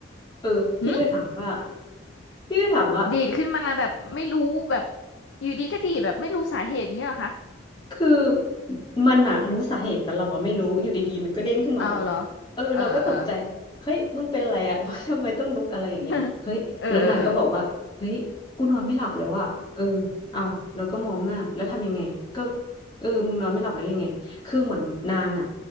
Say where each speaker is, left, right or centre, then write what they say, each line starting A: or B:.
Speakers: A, on the left; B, on the left.
A: เออพี่ก็ถามว่า
B: หืม
A: พี่ก็ถามว่า
B: ดีดขึ้นมาแบบไม่รู้แบบอยู่ดีก็ดีดแบบไม่รู้สาเหตุเงี้ยเหรอคะ
A: คือมันอะรู้สาเหตุแต่เราอะไม่รู้อยู่ดีๆมันก็เด้งขึ้นมาแบบ
B: เอาเหรอ
A: เออเราก็ตกใจ
B: เออเออเออ
A: เฮ้ยมึงเป็นอะไรอะ <laughs> ทำไมต้องลุกอะไรอย่างเงี้ยเฮ้ยแล้วนางก็บอกว่าเฮ้ยกูนอนไม่หลับแล้วอะเออเอาเราก็มองหน้าแล้วทำยังไงก็
B: <laughs> เออเออเออ
A: เออมึงนอนไม่หลับแล้วยังไงคือเหมือนนางอะ